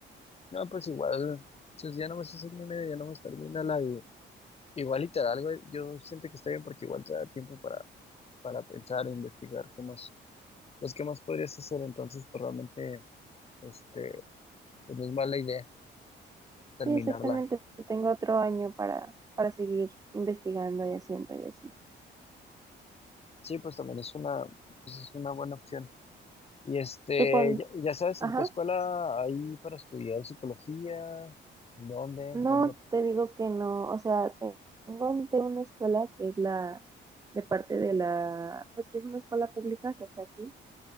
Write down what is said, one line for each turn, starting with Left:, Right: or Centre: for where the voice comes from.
Left: no, pues igual, si ya no me haces año y medio, ya no me termina la y igual y te algo, yo siento que está bien porque igual te da tiempo para, para pensar e investigar qué más, pues qué más podrías hacer entonces, pues realmente, este, pues no es mala idea. terminarla.
Right: Sí, exactamente, tengo otro año para, para seguir investigando y haciendo y así.
Left: Sí, pues también es una, pues es una buena opción. Y este,
Right: ¿Tú cuándo?
Left: ya, ya sabes,
Right: Ajá,
Left: ¿en qué escuela hay para estudiar psicología? ¿Dónde?
Right: no
Left: ¿Dónde?
Right: te digo que no, o sea, te- tengo ante una escuela que es la de parte de la, pues que es una escuela pública que está aquí